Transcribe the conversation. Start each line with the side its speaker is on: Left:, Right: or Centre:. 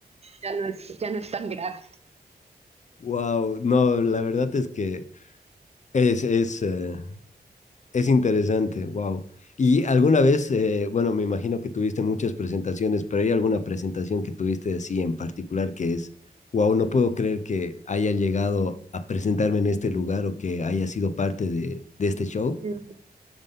Right: ya no es, ya no es tan grave.
Left: Wow, no, la verdad es que es, es, eh, es interesante, wow. ¿Y alguna vez, eh, bueno, me imagino que tuviste muchas presentaciones, pero hay alguna presentación que tuviste así en particular que es, wow, no puedo creer que haya llegado a presentarme en este lugar o que haya sido parte de, de este show?
Right: Mm.